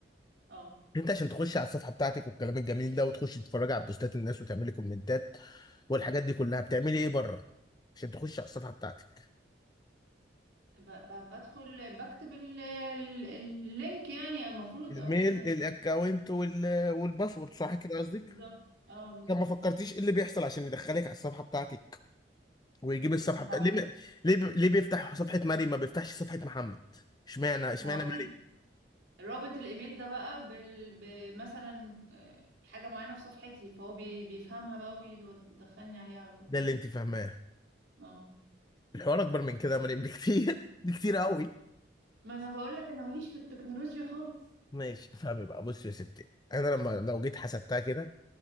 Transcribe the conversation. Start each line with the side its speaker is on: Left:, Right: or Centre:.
Right: اه
Left: انت عشان تخش على الصفحة بتاعتك والكلام الجميل ده وتخش تتفرج على بوستات الناس وتعملي كومنتات والحاجات دي كلها بتعملي ايه بره عشان تخش على الصفحة بتاعتك
Right: ب... ب... بدخل بكتب ال... ال- اللينك يعني المفروض
Left: الميل
Right: او كده
Left: الاكونت وال- والباسورد صح كده قصدك
Right: بالظبط اه بالظبط
Left: طب ما فكرتيش ايه اللي بيحصل عشان يدخلك على الصفحه بتاعتك ويجيب الصفحه
Right: لا
Left: بتاعتك ليه ما- ليه بي- ليه بيفتح صفحه مريم ما بيفتحش صفحه محمد اشمعنى اشمعنى
Right: ما هو اكيد
Left: مريم
Right: رابط الايميل ده بقى بال... بمثلا آه، حاجه معينه في صفحتي فهو بي... بيفهمها بقى وبيدخلني عليها على طول
Left: ده اللي انت فاهماه
Right: اه
Left: الحوار اكبر من كده يا مريم بكتير <laughs> بكتير قوي
Right: ما انا بقول لك انا ماليش في التكنولوجيا خالص
Left: ماشي فاهمي بقى بص يا ستي انا لما لو جيت حسبتها كده